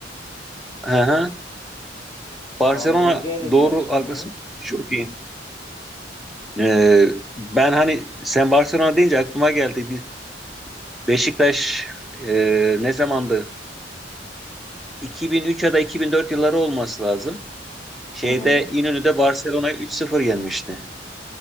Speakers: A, in the centre; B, on the left (about 25°).
A: Hı hı. Barcelona
B: Salzburg'u elediler.
A: doğru haklısın.
B: Hı hı.
A: Çok iyi. Ee, ben hani sen Barcelona deyince aklıma geldi. Bir Beşiktaş e, ne zamandı? 2003 ya da 2004 yılları olması lazım. Şeyde
B: Hı hı.
A: İnönü'de Barcelona'yı 3-0 yenmişti.